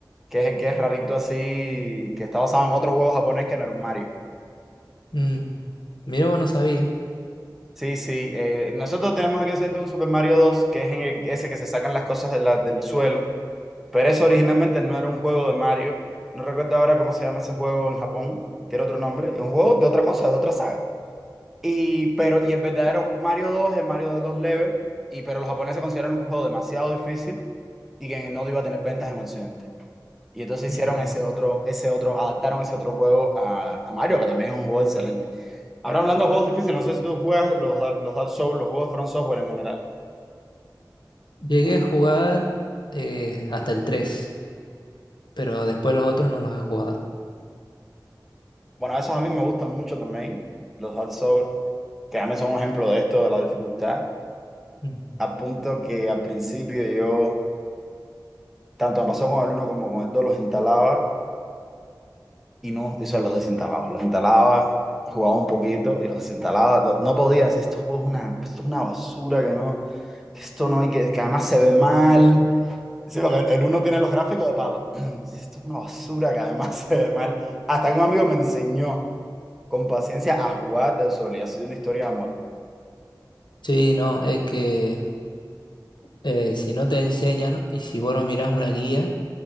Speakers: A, in the centre; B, on the left.
A: que es el que es rarito así, que está basado en otro juego japonés que no era un Mario.
B: Mm, mira, vos no sabía.
A: Sí, sí, eh, nosotros tenemos aquí en Occidente un Super Mario dos que es en el- ese que se sacan las cosas de la- del suelo Pero eso originalmente no era un juego de Mario. No recuerdo ahora cómo se llama ese juego en Japón. Tiene otro nombre. Es un juego de otra cosa, de otra saga. Y, pero, y el verdadero Mario 2 es Mario de dos levels. Y, pero los japoneses consideraron que un juego demasiado difícil y que no iba a tener ventas en Occidente. Y entonces
B: Mm.
A: hicieron ese otro, ese otro, adaptaron ese otro juego a, a Mario, que también es un juego excelente. Ahora hablando de juegos difíciles, no sé si tú juegas los, Dark- los Dark Souls, los juegos de From Software en general.
B: Llegué a jugar eh, hasta el tres pero después los otros no los he jugado.
A: Bueno, esos a mí me gustan mucho también, los Dark Souls, que también son un ejemplo de esto, de la dificultad.
B: Mm.
A: a punto que al principio yo, tanto me pasó con el uno como con el dos, los instalaba y no, eso los desinstalaba. Los instalaba, jugaba un poquito y los desinstalaba. No, no podía decir, estos juegos es una, esto es una basura, que no, que esto no hay que, que además se ve mal. Sí, porque el uno tiene los gráficos de palo. <clears throat> Esto es una basura que además <laughs> se ve mal. Hasta que un amigo me enseñó con paciencia a jugar del sol y ha sido una historia de amor.
B: Sí, no, es que eh, si no te enseñan y si vos no mirás una guía,